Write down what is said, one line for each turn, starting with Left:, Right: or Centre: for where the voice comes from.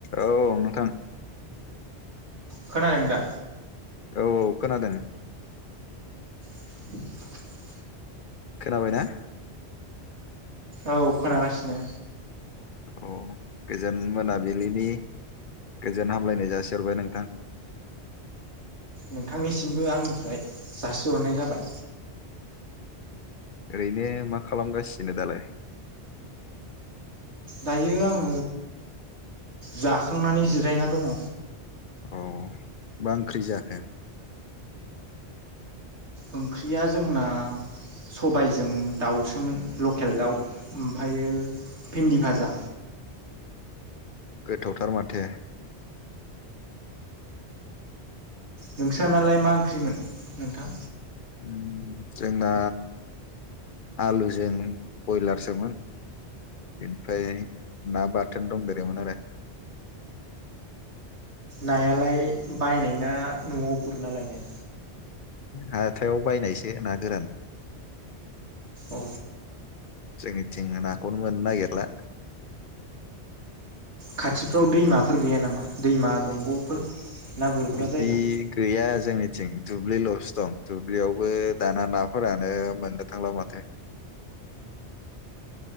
Left: औ नोंथां।
Right: खोनादोंदा?
Left: औ औ खोनादों।
Right: <inaudible>
Left: खोनाबायना?
Right: औ खोनागासिनो।
Left: औ गोजोन मोनाबिलिनि गोजोन हामलायनाय जासि हरबाय नोंथां।
Right: नोंथांनिसिमबो आंनिफ्राय जासिहरनाय जाबाय।
Left: ओरैनो मा खालामगासिनो दालाय?
Right: दायो आं जाखांनानै जिरायना दङ।
Left: अ मा ओंख्रि जाखो?
Right: ओंख्रिया जोंना सबायजों दाउसोमोन लकेल दाउ ओमफायो भिन्दि भाजा।
Left: गोथावथार माथो।
Right: नोंस्रा नालाय मा ओंख्रिमोन नोंथां?
Left: उम जोंना आलुजों बयलारसोमोन ओमफ्राय ना बाथोन दंदेरोमोन आरो ।
Right: नायालाय बायनाय ना न'आव गुरना लायनाय?
Left: हथायाव बायनायसो ना गोरान।
Right: अ
Left: जोंनि थिं नाखौनो मोननो नागिरला।
Right: खाथिफ्राव दैमाफोर गैया नामा दैमा दंग'फोर? ना गुरग्रा
Left: बिदि
Right: जायगा?
Left: गैया जोंनिथिं दुब्लिल'सो दं दुब्लियावबो दाना नाफोरानो मोननो थांला माथो।